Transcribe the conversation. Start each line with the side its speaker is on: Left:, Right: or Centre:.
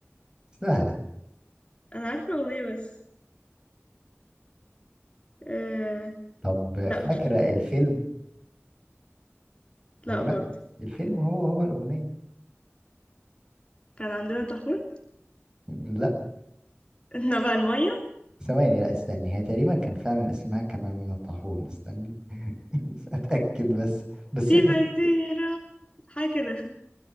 Right: سهلة
Left: انا عارفه الاغنيه بس آه...
Right: طب
Left: لا
Right: فاكرة
Left: مش فاكره
Right: الفيلم
Left: لا
Right: هو انا
Left: برضه
Right: الفيلم هو هو الأغنية
Left: كان عندنا طاحون
Right: لا
Left: <laughs> احنا بقى الميه
Right: ثواني لا استني هي تقريبا كان فعلا اسمها كمان طاحون استني <laughs> اتأكد بس بس
Left: في بيتيرة حاجه كده